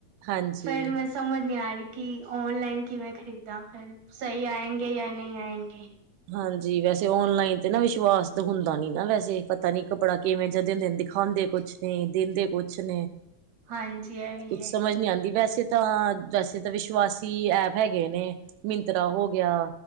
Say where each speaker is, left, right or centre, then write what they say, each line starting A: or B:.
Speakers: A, on the right; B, on the right.
A: ਹਾਂਜੀ
B: ਫੇਰ ਮੈਂ ਸਮਝ ਨੀ ਆ ਰਹੀ ਕਿ ਔਨਲਾਈਨ ਕਿਵੇਂ ਖਰੀਦਾਂ ਫਿਰ ਸਹੀ ਆਏਗੇ ਜਾਂ ਨਹੀਂ ਆਏਗੇ
A: ਹਾਂਜੀ ਵੈਸੇ ਔਨਲਾਈਨ ਤੇ ਨਾ ਵਿਸ਼ਵਾਸ ਤੇ ਹੁੰਦਾ ਨੀ ਨਾ ਵੈਸੇ ਪਤਾ ਨੀ ਕੱਪੜਾ ਕਿਵੇਂ ਜਦੇ ਦਿੰਦੇ ਦਿਖਾ ਦੇ ਕੁਛ ਨੇ ਦਿੰਦੇ ਕੁਛ ਨੇ
B: ਹਾਂਜੀ ਇਹ ਵੀ
A: ਕੁੱਛ
B: ਹੈ
A: ਸਮਝ ਨੀ ਆਉਂਦੀ ਵੈਸੇ ਏ ਤਾਂ ਵੈਸੇ ਤਾਂ ਵਿਸ਼ਵਾਸੀ ਐਪ ਹੈਗੇ ਨੇ ਮਿੰਤਰਾ ਹੋ ਗਿਆ